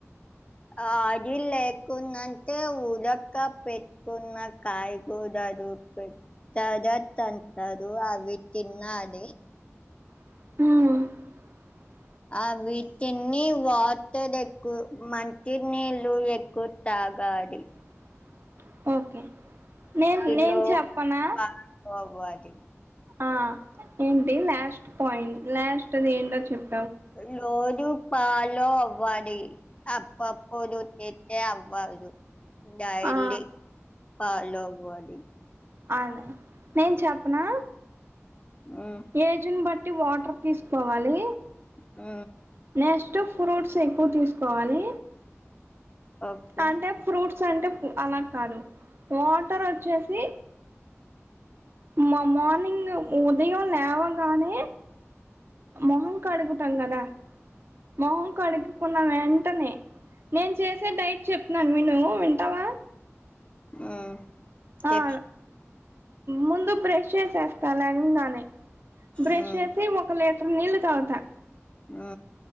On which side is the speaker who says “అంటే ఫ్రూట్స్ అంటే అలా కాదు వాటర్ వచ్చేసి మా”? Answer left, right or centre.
Right